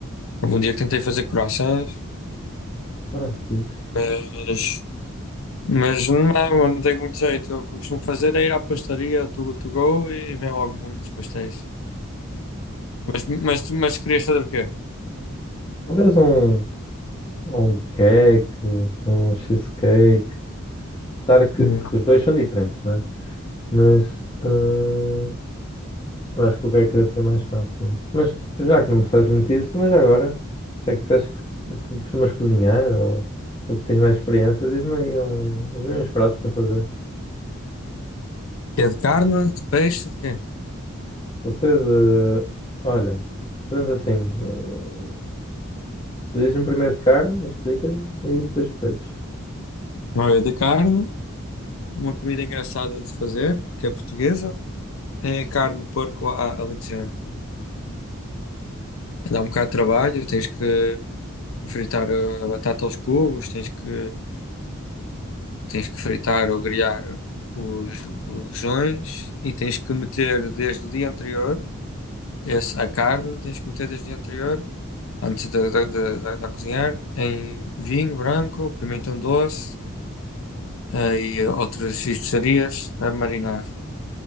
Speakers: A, on the left; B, on the left.
A: Houve um dia que tentei fazer croissants,
B: Ah, fixe.
A: mas, mas não, não tenho muito jeito. O que eu costumo fazer é ir à pastaria, to, to go, e vem logo muitos pastéis. Mas, mas, mas querias fazer o quê?
B: Talvez um, um cake, um cheesecake. Claro que
A: Hum.
B: os dois são diferentes, né? Mas eh, Eu acho que o que é que deve ser mais fácil. Mas já que não percebes muito isso, mas já agora, já que disseste que costumas cozinhar ou, ou que tens mais experiência, diz-me aí um, diz uns pratos para fazer.
A: É de carne, de peixe, de quê?
B: Você de. Olha, fazemos assim. hum, Dizes-me primeiro de carne, explicas-me e depois de peixe.
A: Olha, de carne, uma comida engraçada de fazer, porque é portuguesa. É carne de porco à alentejana. Dá um bocado de trabalho, tens que fritar eh, a batata aos cubos, tens que, tens que fritar ou grelhar os, os rojões e tens que meter desde o dia anterior esse, a carne, tens que meter desde o dia anterior, antes de, de, de, de- de cozinhar, em vinho branco, pimentão doce eh, e outras especiarias a marinar.